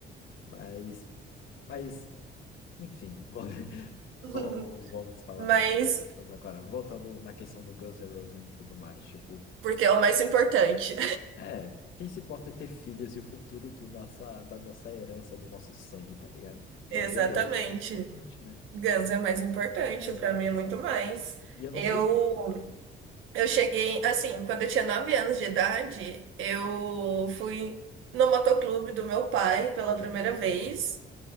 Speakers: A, on the left; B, on the right.
A: Mas, mas, enfim, <laughs> vo-
B: <laughs>
A: não vamos falar
B: Mas,
A: sobre essas pessoas agora. Voltando na questão do Guns N' Roses e tudo mais, tipo,
B: porque é o mais importante.
A: é, quem se importa é ter filhos e o futuro do nossa, da nossa herança, do nosso sangue, tá ligado?
B: <laughs>
A: Guns
B: Exatamente.
A: N' Roses é mais importante, né?
B: Guns é mais importante,
A: É, exato,
B: para mim é muito
A: sabe?
B: mais.
A: E eu não
B: Eu
A: sei. Hum,
B: Eu cheguei,
A: pode falar.
B: assim, quando eu tinha 9 anos de idade, eu fui no motoclube do meu pai pela
A: Oh,
B: primeira vez.